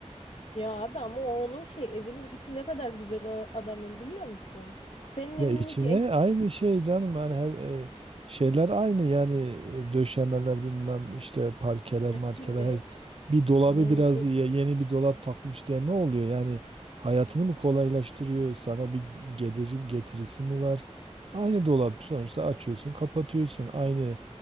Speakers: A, on the left; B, on the right.
A: Ya abi ama o onun şey evinin içi ne kadar güzel o adamın biliyor musun? Senin
B: Ya
A: evinin
B: içine
A: içi eski.
B: aynı şey canım yani he- e, şeyler aynı yani e, döşemeler bilmem işte parkeler
A: Mümkün
B: markeler
A: değil.
B: her- bir dolabı
A: Mümkün
B: biraz ye- yeni bir dolap takmış diye ne oluyor yani hayatını mı kolaylaştırıyor sana bir gelirim getirisi mi var aynı dolap sonuçta açıyorsun kapatıyorsun aynı